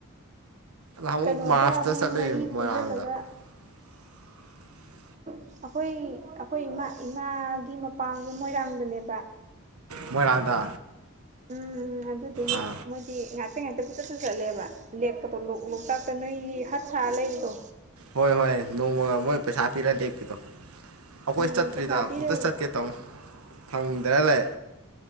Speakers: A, on the right; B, on the right.
A: ꯅꯍꯥꯟꯃꯨꯛ
B: ꯀꯩꯅꯣꯗ
A: ꯃꯥꯔꯁꯇ
B: ꯃꯣꯏ
A: ꯆꯠꯂꯨꯏ
B: ꯃꯔꯤ
A: ꯃꯣꯏꯔꯥꯡꯗ
B: ꯄꯨꯟꯁꯤꯜꯂꯒ
A: <inaudible>
B: ꯑꯩꯈꯣꯏ ꯑꯩꯈꯣꯏ ꯏꯃꯥ ꯏꯃꯥꯒꯤ ꯃꯄꯥꯡꯗꯣ ꯃꯣꯏꯔꯥꯡꯗꯅꯦꯕ
A: ꯃꯣꯏꯔꯥꯡꯗ
B: ꯎꯝ ꯎꯝ ꯑꯗꯨꯗꯨꯅ
A: ꯑꯥ
B: ꯃꯣꯏꯗꯤ ꯉꯥꯛꯇ ꯉꯥꯛꯇ ꯄꯨꯆꯠꯁꯨ ꯆꯠꯂꯦꯕ ꯂꯦꯛꯄꯗꯣ ꯂꯣꯛꯇꯥꯛꯇ ꯅꯣꯏꯒꯤ ꯍꯠ ꯁꯥꯔ ꯂꯩꯕꯗꯣ
A: ꯍꯣꯏ ꯍꯣꯏ ꯅꯣꯡꯃ ꯃꯣꯏ ꯄꯩꯁꯥ ꯄꯤꯔꯒ ꯂꯦꯛꯄꯤꯗꯣ ꯑꯩꯈꯣꯏ
B: ꯎꯝ
A: ꯆꯠꯇ꯭ꯔꯤꯗ
B: ꯄꯩꯁꯥ
A: ꯑꯃꯨꯛꯇ
B: ꯄꯤꯔ
A: ꯆꯠꯀꯦ ꯇꯧ ꯐꯪꯗꯔ ꯂꯩ